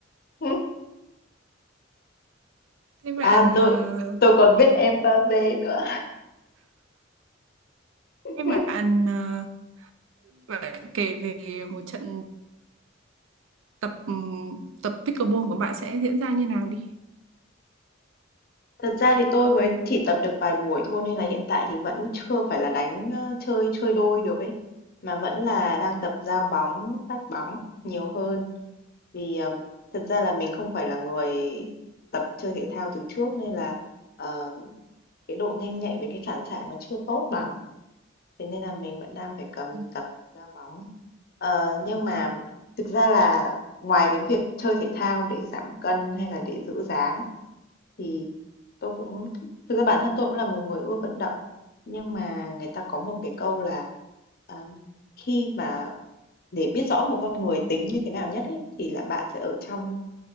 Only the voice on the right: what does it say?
thế bạn
ờ,
thế bạn ờ, bạn kể về một trận tập tập pickleball của bạn sẽ diễn ra như nào đi
Ừ.